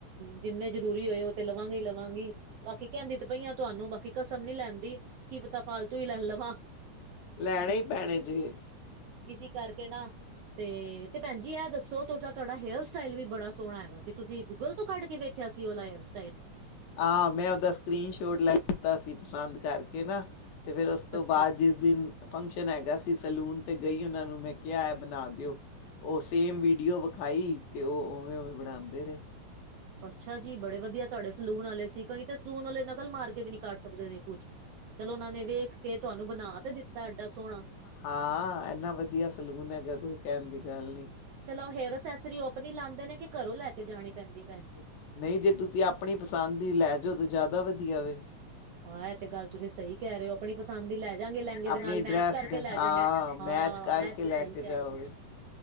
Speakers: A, on the right; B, on the left.
A: ਜਿਨੇ ਜ਼ਰੂਰੀ ਹੋਏ ਉਹ ਤੇ ਲਵਾਂਗੇ ਹੀ ਲਵਾਂਗੀ ਬਾਕੀ ਕਹਿੰਦੀ ਤੇ ਪਈ ਆਂ ਤੁਹਾਨੂੰ ਬਾਕੀ ਕਸਮ ਨੀ ਲੈਦੀ ਕੀ ਪਤਾ ਫਾਲਤੂ ਹੀ ਲੈ ਲਵਾ
B: ਲੈਣੇ ਹੀ ਪੈਣੇ ਜੀ-
A: ਇਸੀ ਕਰਕੇ ਨਾ- ਤੇ ਤੇ ਭੈਣ ਜੀ ਇਹ ਦਸੋ ਤੁਹਾਡਾ- ਤੁਹਾਡਾ ਹੇਅਰ ਸਟਾਈਲ ਵੀ ਬੜਾ ਸੋਹਣਾ ਹੈਗਾ ਸੀ ਤੁਸੀ ਗੂਗਲ ਤੋਂ ਕਢ ਕੇ ਵੇਖ ਰਖਿਆ ਸੀ ਉਹ ਵਾਲਾ ਹੇਅਰ ਸਟਾਈਲ
B: ਆਹ ਮੈਂ ਉਹਦਾ ਸਕਰੀਨ ਸ਼ੋਟ ਲੈ ਲਤਾ ਸੀ। ਪਸੰਦ ਕਰਕੇ ਨਾ ਤੇ' ਫੇਰ ਉਸ ਤੋਂ
A: ਅੱਛਾ
B: ਬਾਅਦ ਜਿਸ ਦਿਨ ਫੰਕਸ਼ਨ ਹੈਗਾ ਸੀ। ਸੈਲੂਨ 'ਤੇ ਗਈ ਉਹਨਾਂ ਨੂੰ ਮੈਂ ਕਿਹਾ ਹੈ। ਬਣਾ ਦਿਓ ਉਹ ਸੇਮ ਵੀਡੀਓ ਵਿਖਾਈ ਅਤੇ ਉਹ ਉਵੇਂ-ਉਵੇਂ ਬਣਾਉਂਦੇ ਰਹੇ
A: ਅੱਛਾ ਜੀ ਬੜੇ ਵਧੀਆ ਤੁਹਾਡੇ ਸਲੂਨ ਵਾਲੇ ਸੀ। ਕਈ ਤੇ ਸਲੂਨ ਵਾਲੇ ਨਕਲ ਮਾਰ ਕੇ ਵੀ ਨੀ ਕਰ ਸਕਦੇ ਕੁਝ ਚਲੋ ਉਹਨਾਂ ਨੇ ਵੇਖ ਕੇ ਤੁਹਾਨੂੰ ਬਣਾ ਤੇ ਦਿੱਤਾ ਐਡਾ ਸੋਹਣਾ
B: ਹਾਂ ਇੰਨਾ ਵਧੀਆ ਸਲੂਨ ਹੈਗਾ ਕੋਈ ਕਹਿਣ ਦੀ ਗੱਲ ਨਹੀਂ
A: ਚਲੋ ਹੇਅਰ ਅਸੈਸਰੀ ਉਹ ਆਪਣੀ ਲਾਉਦੇ ਨੇ ਕਿ ਘਰੋਂ ਲੈ ਕੇ ਜਾਣੀ ਪੈਂਦੀ ਭੈਣ ਜੀ
B: ਨਹੀਂ ਜੇ ਤੁਸੀਂ ਆਪਣੀ ਪਸੰਦ ਹੀ ਲੈ ਜਾਓ ਤਾਂ ਜ਼ਿਆਦਾ ਵਧੀਆ ਵੇ
A: ਆ ਇਹ ਤੇ ਗੱਲ ਤੁਸੀਂ ਸਹੀ ਕਹਿ ਰਹੇ ਹੋ ਆਪਣੀ ਪਸੰਦ ਦੀ ਲੈ ਜਾਂਗੇ ਲਹਿੰਗੇ ਦੇ
B: ਆਪਣੀ
A: ਨਾਲ ਮੈਚ
B: ਡਰੈਸ
A: ਕਰਕੇ
B: ਦੇ
A: ਲੈ
B: ਹਾਂ
A: ਜਾਂਗੇ।
B: ਮੈਚ
A: ਹਾਂ
B: ਕਰਕੇ
A: ਇਹ ਤੇ
B: ਲੈ
A: ਸਹੀ
B: ਕੇ
A: ਕਹਿ
B: ਜਾਓਗੇ
A: ਰਹੇ ਹੋ।